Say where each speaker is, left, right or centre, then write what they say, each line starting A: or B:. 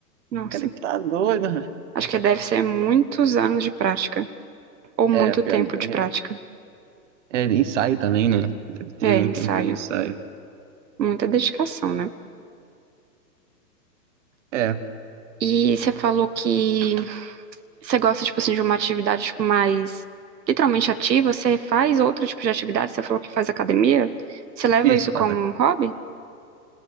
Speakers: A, on the right; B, on the right.
A: nossa.
B: Cara, que tá doido.
A: Acho que deve ser muitos anos de prática, ou muito
B: É, pior,
A: tempo
B: pior
A: de
B: que
A: prática.
B: é. É, ensaio também, né? Deve ter
A: É,
B: muito
A: ensaio.
B: tempo de ensaio.
A: Muita dedicação, né?
B: É,
A: E você falou que você gosta, tipo assim, de uma atividade, tipo, mais literalmente ativa. Você faz outro tipo de atividade? Você falou que faz academia? Você leva
B: isso
A: isso
B: eu faço
A: como
B: aqui.
A: um hobby?